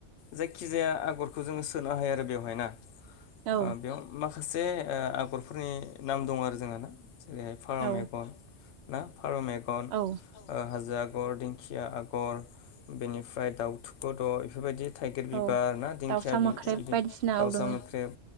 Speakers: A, on the left; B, on the right.
A: जायखिजाया आगरखौ जोङो सोनो हायो आरो बेवहाय ना।
B: औ
A: ओ बेयाव माखासे ओ आगरफोरनि नाम दङ आरो जोंहा ना जेरैहाय फारौ
B: औ
A: मेगन ना फारौ मेगन
B: औ
A: हाजा आ गर, दिंखिया आगर, बेनिफ्राय दाउथु गद' बेफोरबायदि थाइगिर बिबार,
B: औ
A: ना दिंखिया
B: दाउसा मोख्रेब
A: बिदि
B: बायदिसिना
A: दाउसा
B: औ दोङो
A: मोख्रेब,